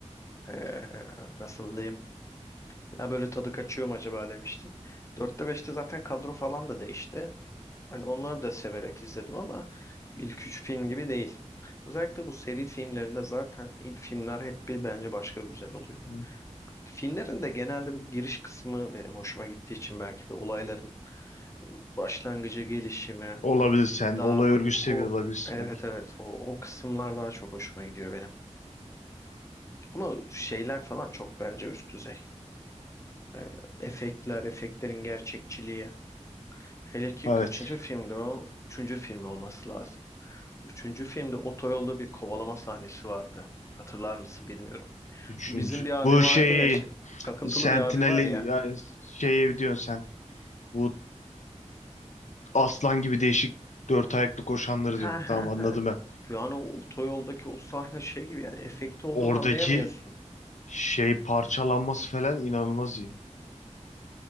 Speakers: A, on the left (about 25°); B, on the left (about 75°).
A: Ee, nasıl diyeyim? Ya böyle tadı kaçıyor mu acaba demiştim. Dörtte beşte zaten kadro falan da değişti. Hani onları da severek izledim ama ilk üç film gibi değil. Özellikle bu seri filmlerinde zaten ilk filmler hep bir bence başka güzel oluyor.
B: Hı.
A: Filmlerin de genelde bu giriş kısmı benim hoşuma gittiği için belki de olayların başlangıcı gelişimi
B: Olabilir sen.
A: daha
B: Olay
A: bu,
B: örgüsü
A: o
B: seviyor olabilirsin
A: evet
B: belki.
A: evet o, o kısımlar daha çok hoşuma gidiyor benim. Ama şeyler falan çok bence üst düzey. Ee, efektler, efektlerin gerçekçiliği. Hele ki
B: Evet.
A: kaçıncı filmdi o? Üçüncü film olması lazım. Üçüncü filmde otoyolda bir kovalama sahnesi vardı. Hatırlar mısın bilmiyorum.
B: Üçüncü.
A: Bizim bir abi
B: Bu
A: vardı
B: şeyi
A: ya, şey, takıntılı
B: Sentinel'i
A: bir abi var ya.
B: yani şeye diyorsun sen. Bu aslan gibi değişik dört ayaklı koşanları
A: <laughs>
B: diyorum. Tamam anladım ben.
A: Yani o otoyoldaki o sahne şey gibi yani efekti olduğunu
B: Oradaki
A: anlayamıyorsun.
B: şey parçalanması falan inanılmaz iyi.